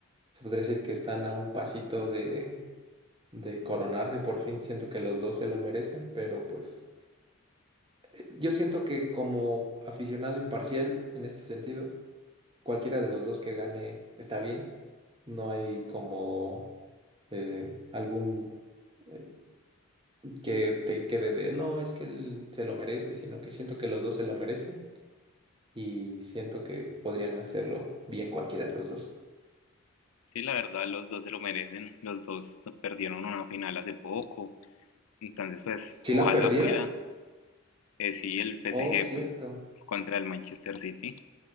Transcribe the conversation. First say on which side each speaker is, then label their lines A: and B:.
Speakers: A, on the right; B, on the left.
A: Se podría decir que están a un pasito de, de coronarse por fin. Siento que los dos se lo merecen, pero pues eh, yo siento que como aficionado imparcial en este sentido, cualquiera de los dos que gane está bien. No hay como eh, algún eh, que te quede de no, es que él se lo merece, sino que siento que los dos se lo merecen y siento que podrían hacerlo bien cualquiera de los dos.
B: Sí, la verdad, los dos se lo merecen. Los dos perdieron una final hace poco. Entonces, pues,
A: Si
B: ojalá
A: la perdieron,
B: fuera. Eh, sí, el PSG
A: oh, cierto,
B: contra el Manchester City,